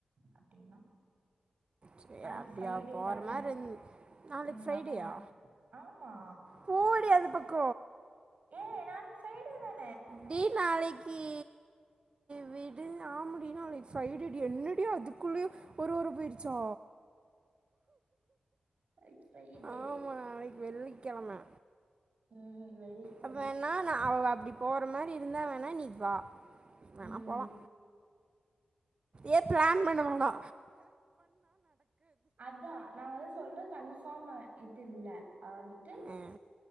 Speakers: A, on the right (about 65°); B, on the right (about 40°).
A: அப்டின்னா
B: சேரி
A: நாளைக்கு
B: அப்டியா
A: ஃப்ரைடே
B: போற
A: தான
B: மாரி நாளைக்கு
A: ம்
B: ஃப்ரைடேயா
A: அப்டிங்கிறா ஆமா
B: போடி அந்த பக்க
A: ஏ நாளைக்கு ஃப்ரைடே தான்
B: டி நாளைக்கு கி விடு ஆம டி என்ன நாளைக்கு ஃரைடே டி என்னடி அதுகுள்ளேயு ஒரு வாரோ போயிருச்சா
A: நாளைக்கு ஃப்ரைடே
B: ஆமா இது வெள்ளிக்கெழமே
A: ம் வெள்ளிக்கெழமை
B: அப்ப என்னா நா அவெவப் அப்பிடி போற மாரி இருந்தா வேணா நீ வா வேணா
A: ம்
B: போலா ஏ பிளான் பண்ண வேனா
A: அதா நா வந்து சொல்ற கன்ஃபார்ம்மு இது இல்ல அ வந்துட்டு ம்ச்
B: ஆ,